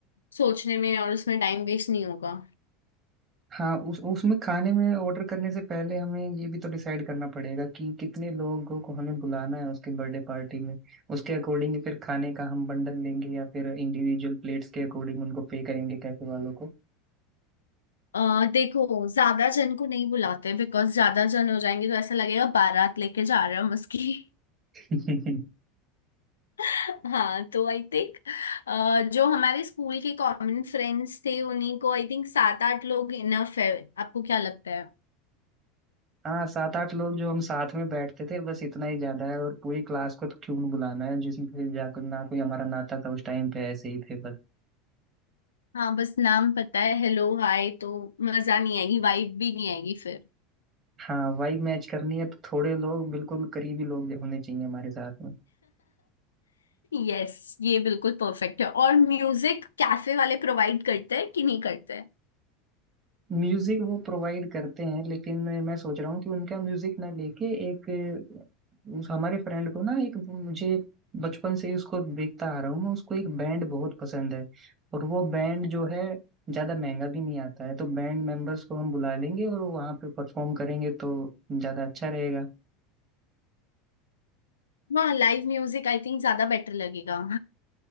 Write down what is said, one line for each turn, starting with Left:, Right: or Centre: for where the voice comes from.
Left: सोचने में और उसमें टाइम वेस्ट नहीं होगा
Right: हाँ उस उसमें खाने में ऑर्डर करने से पहले हमें ये भी तो डिसाइड करना पड़ेगा कि कितने लोगों को हमें बुलाना है उसके बर्थडे पार्टी में उसके अकॉर्डिंग फिर खाने का हम बंडल लेंगे या फिर इंडिविजुअल प्लेट्स के अकॉर्डिंग उनको पे करेंगे कैफे वालों को
Left: अ, देखो ज्यादा जन को नहीं बुलाते बिकॉज ज्यादा जन हो जाएंगे तो ऐसा लगेगा बारात लेके जा रहे हम उसकी
Right: <laughs>
Left: <laughs> हाँ तो आई थिंक जो हमारे स्कूल के कॉमन फ्रेंड्स थे उन्हीं को आई थिंक सात आठ लोग इनफ है आपको क्या लगता है
Right: हाँ सात आठ लोग जो हम साथ में बैठते थे बस इतना ही ज्यादा है और पूरी क्लास को तो क्यों नहीं बुलाना है जिसमें से जा ना कोई हमारा नाता था उस टाइम पे ऐसे ही थे बस
Left: हाँ बस नाम पता है हेलो हाय तो मजा नहीं आएगी वाइब भी नहीं आएगी फिर
Right: हाँ वही मैच करनी है तो थोड़े लोग बिल्कुल करीबी लोग होने चाहिए हमारे साथ में
Left: यस ये बिल्कुल परफेक्ट है और म्यूजिक कैफे वाले प्रोवाइड करते हैं कि नहीं करते हैं
Right: म्यूजिक वो प्रोवाइड करते हैं लेकिन मैं सोच रहा हूँ कि उनका म्यूजिक ना लेके एक उस हमारे फ्रेंड को ना एक मुझे बचपन से ही उसको देखता आ रहा हूँ मैं उसको एक बैंड बहुत पसंद है और वो बैंड जो है ज्यादा महंगा भी नहीं आता है तो बैंड मेंबर्स को हम बुला लेंगे और वहाँ पे परफॉर्म करेंगे तो ज्यादा अच्छा रहेगा
Left: हाँ लाइव म्यूजिक आई थिंक ज्यादा बेटर लगेगा